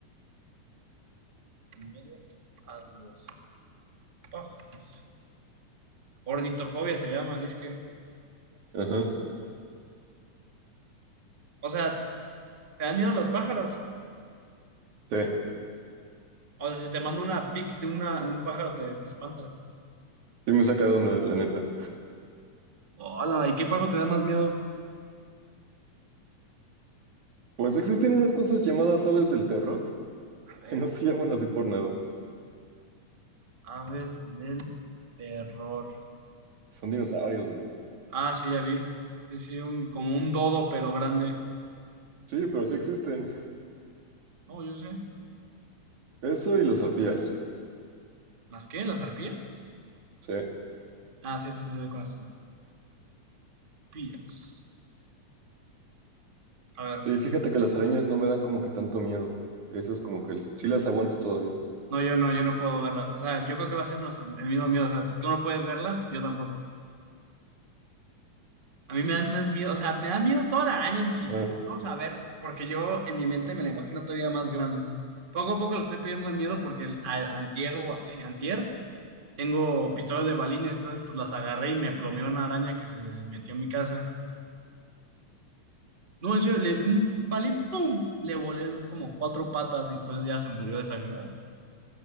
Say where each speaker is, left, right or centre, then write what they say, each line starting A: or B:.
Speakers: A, on the right (about 20°); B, on the right (about 75°).
A: Miedo a los pájaros. Ornitofobia se llama, dice que.
B: Ajá.
A: O sea, ¿te dan miedo a los pájaros?
B: Sí,
A: O sea, si te mando una pic de, una, de un pájaro, te, te espanta.
B: sí me saca de onda, la neta.
A: Hola, ¿y qué pájaro te da más miedo?
B: Pues existen unas cosas llamadas aves del terror
A: A
B: que
A: ver,
B: no se llaman así por nada.
A: aves del terror.
B: Son dinosaurios, bro.
A: Ah, sí, ya vi. Sí, sí, un, como un dodo, pero grande.
B: Sí, pero sí existen.
A: No, yo sé.
B: Eso y las arpías.
A: ¿Las qué? ¿Las arpías?
B: Sí.
A: Ah, sí, sí, sí, con acento. Arpías. A ver.
B: Sí, fíjate que las arañas no me dan como que tanto miedo. Esas como que sí las aguanto todavía.
A: No, yo no, yo no puedo verlas. O sea, yo creo que va a ser nuestro, el mismo miedo. O sea, tú no puedes verlas, yo tampoco. A mí me da más miedo, o sea, me da miedo toda la araña en sí.
B: Ah,
A: Vamos a ver, porque yo en mi mente me la imagino todavía más grande. Poco a poco le estoy pidiendo el miedo porque el, a- antier, o- sí, antier, tengo pistolas de balines, entonces pues las agarré y me plomeó una araña que se metió en mi casa. No, en serio, le di un balín, ¡pum! Le volé como cuatro patas y pues ya se murió desangrado.